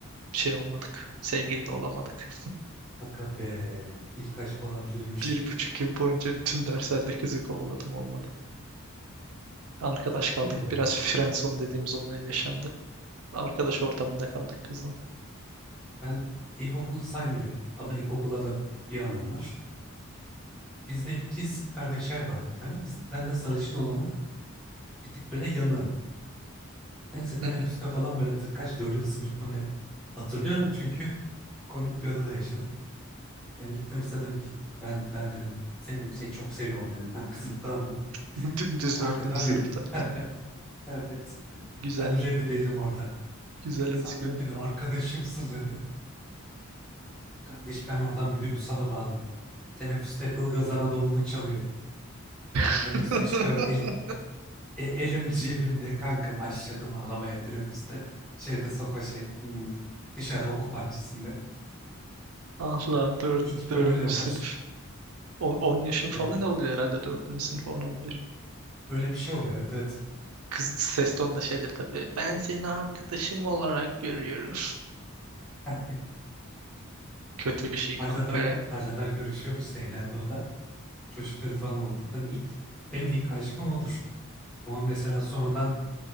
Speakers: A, on the right; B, in the centre.
A: şey olmadık. Sevgili de olamadık.
B: Hakka be. İlk aşk olabilirmiş.
A: bir buçuk yıl boyunca bütün derslerde kızı kovaladım olmadı. Arkadaş
B: Hep
A: kaldık.
B: Böyle oluyor
A: Biraz
B: ama.
A: friendzone dediğimiz olay yaşandı. Arkadaş ortamında kaldık kızla.
B: Ben ilkokul saymıyorum ama ilkokula da bir anım var. Bizde ikiz kardeşler vardı bir tane. Biz, ben de sarışın olana bir tık böyle yanığım. Neyse teneffüste
A: Hı hı.
B: falan böyle tık- kaç dördüncü sınıf mı ne? Hatırlıyorum çünkü komik bir anı da yaşadım. Yani gittim kıza dedim ki ben ben dedim seni, seni çok seviyorum dedim. Ben kızım <laughs> tamam mı?
A: <laughs> Dümdüz
B: Kanka
A: dördüncü
B: ben
A: sınıfta.
B: bir <laughs> evet
A: Güzel,
B: ben bir reddedildim orada.
A: güzel
B: Sen
A: özgüven.
B: benim dedi arkadaşımsın dedi. Kardeş ben oradan bir duygusala bağladım. Teneffüste Ilgaz Anadolu'nu çalıyor. Ben teneffüste
A: <laughs>
B: çıkıyorum. Eli, E, elim cebimde kanka başladım ağlamaya teneffüste. Şeyde soka şey hmm, dışarı okul bahçesinde.
A: Ah lan dört,
B: İlk
A: dördüncü
B: böyle var.
A: sınıf. on on yaşın falan
B: E,
A: ne oluyor herhalde dördüncü sınıf on on bir
B: öyle bir şey oluyor evet evet.
A: Kız ses tonu da şeydir tabii. Ben seni arkadaşım olarak görüyorum.
B: <laughs>
A: <laughs> Kötü bir şey
B: Hala
A: kanka
B: da
A: ya.
B: hala da görüşüyoruz işte evlendi o da. Çocukları falan oldu. Hani ilk benim de ilk aşkım odur. Ama mesela sonradan